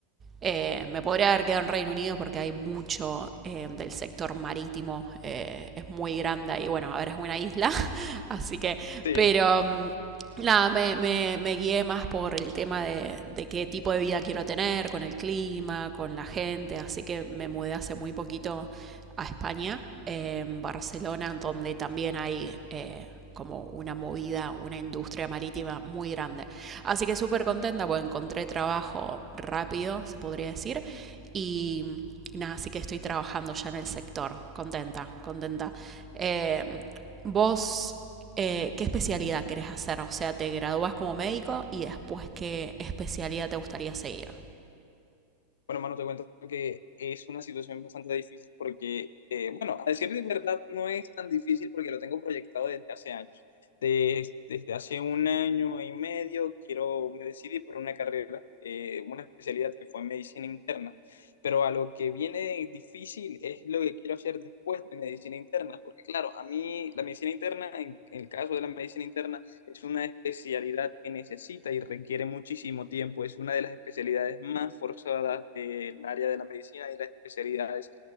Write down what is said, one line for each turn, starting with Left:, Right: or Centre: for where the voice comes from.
Right: Eh, me podría haber quedado en Reino Unido porque hay mucho eh, del sector marítimo, eh, es muy grande y bueno, a ver, es una isla, <laughs> así que,
Left: Sí.
Right: pero um, nada, me, me, me, guié más por el tema de, de, qué tipo de vida quiero tener, con el clima, con la gente, así que me mudé hace muy poquito a España, eh, en Barcelona, donde también hay eh, como una movida, una industria marítima muy grande. Así que súper contenta, pues encontré trabajo rápido, se podría decir. Y, y nada, así que estoy trabajando ya en el sector. Contenta, contenta. Eh, vos, eh, ¿qué especialidad querés hacer? O sea, ¿te graduás como médico y después qué especialidad te gustaría seguir?
Left: Bueno, mano, te cuento que es una situación bastante difícil porque, eh, bueno, a decir de verdad, no es tan difícil porque lo tengo proyectado desde hace años. De- desde hace un año y medio quiero, me decidí por una carrera, eh, una especialidad que fue medicina interna. Pero a lo que viene difícil es lo que quiero hacer después de medicina interna, porque claro, a mí la medicina interna, en en el caso de la medicina interna, Es una especialidad que necesita y requiere muchísimo tiempo. Es una de las especialidades más forzadas del área de la medicina y las especialidades